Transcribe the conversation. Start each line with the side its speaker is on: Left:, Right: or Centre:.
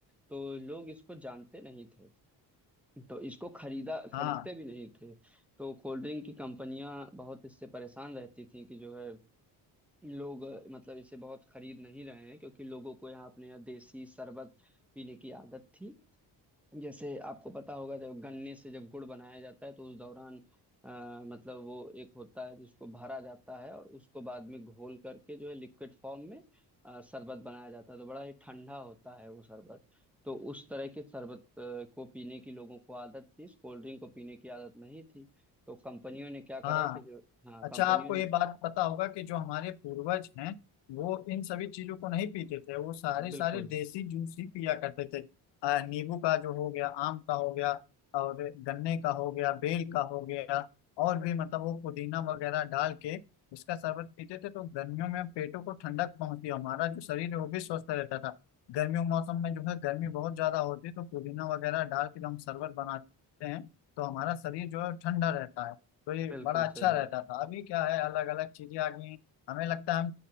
Centre: तो लोग इसको जानते नहीं थे तो इसको खरीदा खरीदते
Left: हाँ
Centre: भी नहीं थे तो कोल्ड ड्रिंक की कंपनियां बहुत इससे परेशान रहती थी कि जो है लोग अ, मतलब इसे बहुत खरीद नहीं रहे हैं क्योंकि लोगों को यहाँ अपने यहाँ देसी शरबत पीने की आदत थी जैसे आपको पता होगा जब गन्ने से जब गुड़ बनाया जाता है तो उस दौरान आ, मतलब वो एक होता है जिसको भरा जाता है और उसको बाद में घोल करके जो है लिक्विड फॉर्म में अ, शरबत बनाया जाता है तो बड़ा ही ठंडा होता है वो शरबत तो उस तरह के शरबत अ, को पीने की लोगों को आदत थी इस कोल्ड ड्रिंक को पीने की आदत नहीं थी तो कंपनियों ने क्या करा
Left: हाँ
Centre: कि जो हाँ
Left: अच्छा
Centre: कंपनियों
Left: आपको
Centre: ने
Left: ये बात पता होगा कि जो हमारे पूर्वज हैं वो इन सभी चीजों को नहीं पीते थे वो सारे सारे
Centre: बिल्कुल
Left: देसी जूस ही पिया करते थे अ, नींबू का जो हो गया आम का हो गया और गन्ने का हो गया बेल का हो गया और भी मतलब वो पुदीना वगैरह डाल के इसका शरबत पीते थे तो गर्मियों में पेटों को ठंडक पहुंचती और हमारा जो शरीर है वो भी स्वस्थ रहता था गर्मियों के मौसम में जो है गर्मी बहुत ज्यादा होती है तो पुदीना वगैरह डाल के जो हम शरबत बनाते हैं तो हमारा शरीर जो है ठंडा रहता है तो ये
Centre: बिल्कुल
Left: बड़ा अच्छा
Centre: सही
Left: रहता
Centre: बात
Left: था अभी क्या है अलग अलग चीजें आ गई हैं हमें लगता है हम